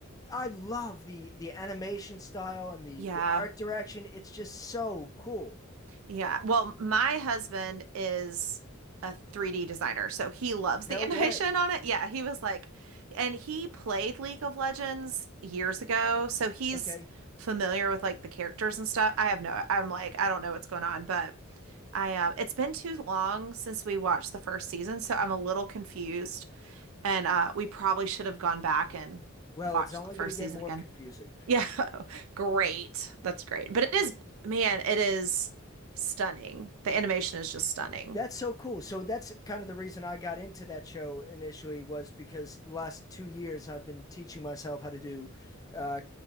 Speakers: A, on the left (about 15°); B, on the right (about 75°).
A: I love the the animation style and the
B: Yeah.
A: the art direction. It's just so cool.
B: Yeah. Well, my husband is a 3D designer, so he loves
A: No
B: the <laughs> animation
A: way.
B: on it. Yeah, he was like, and he played League of Legends years ago, so he's
A: Okay.
B: familiar with like the characters and stuff. I have no, I'm like, I don't know what's going on, but I, uh, it's been too long since we watched the first season, so I'm a little confused, and uh, we probably should have gone back and
A: Well,
B: watched
A: it's only
B: the first
A: going to get
B: season
A: more
B: again.
A: confusing.
B: Yeah, <laughs> great. That's great. But it is, man, it is stunning. The animation is just stunning.
A: That's so cool. So that's kind of the reason I got into that show initially was because the last two years I've been teaching myself how to do uh,